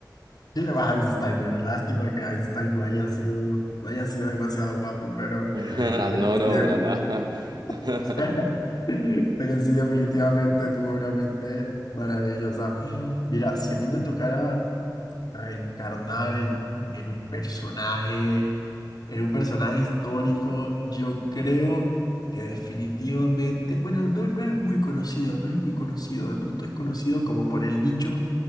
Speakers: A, on the left; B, on the right.
A: <laughs> Einstein, bueno, lástima que Einstein no haya sido, no haya sido demasiado guapo, pero,
B: <laughs>
A: pero
B: No,
A: sí,
B: no,
A: de-
B: para nada. <laughs>
A: <laughs> pero sí definitivamente tuvo una mente maravillosa. Mira, si a mí me tocara reencarnar en un, en un personaje. Era un personaje histórico, yo creo que definitivamente, bueno, no, no es muy conocido, no es muy conocido, de pronto es conocido como por el nicho